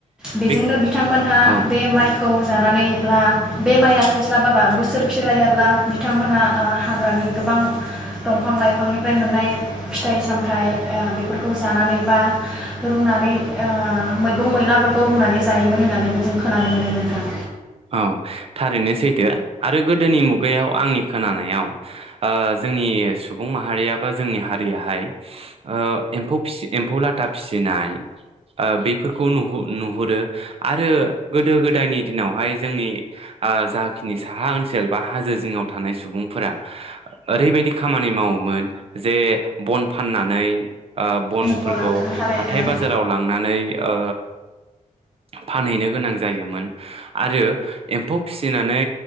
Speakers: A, in the centre; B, on the right (about 45°).
A: बेजोंनो
B: बे
A: बिथांमोनहा
B: औ
A: बे माइखौ जानानै ब्ला बे माइआ थोस्लाबाबा बोसोर फिरायाब्ला बिथांमोनहा ओ हाग्रानि गोबां दंफां लाइफांनिफ्राय मोननाय फिथाइ साम थाइ ओ बिफोर खौ जानानै बा रुनानै ओ मैगं मैलाफोरखौ रुनानै जायोमोन होननानैबो जों खोनानो मोन्दों नोंथां।
B: औ थारैनो सैथो आरो गोदोनि मुगायाव आंनि खोनानायाव ओ जोंनि सुबुं माहारिया बा जोंनि हारियाहाय ओ एम्फौ फिसि एम्फौ लाथा फिसिनाय ओ बेफोरखौ नुहु नुहुरो आरो गोदो गोदायनि दिनावहाय जोंनि ओ जाखिनि साहा ओनसोल बा हाजो जिङाव थानाय सुबुंफोरा ओरैबायदि खामानि मावोमोन जे बन फाननानै ओ बनफोरखौ
A: नंगौ नोंथां थारैनो
B: हाथाय बाजाराव लांनानै ओ फानहैनो गोनां जायोमोन आरो एम्फौ फिसिनानै